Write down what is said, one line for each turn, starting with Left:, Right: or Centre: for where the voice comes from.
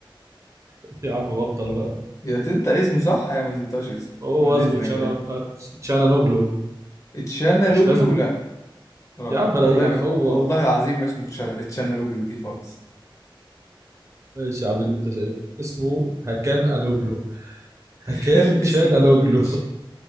Right: <laughs> يا عم بطل بقى
Left: يا تنطق اسمه صح يا ما تنطقش اسمه
Right: هو
Left: بعد اذنك
Right: اسمه تشانا
Left: يعني
Right: آه، تشانانوغلو
Left: اتشانالوجلو
Right: مش لازم
Left: لا غلط
Right: يا عم ريح
Left: والله ما
Right: هو
Left: والله
Right: هو
Left: العظيم ما اسمه تشا- اتشانالوجلو دي خالص
Right: ماشي يا عم اللي انت شايفه اسمه هكان انوغلو
Left: <laughs>
Right: هكان تشان
Left: اسمه
Right: انوغلو
Left: اتش
Right: <laughs>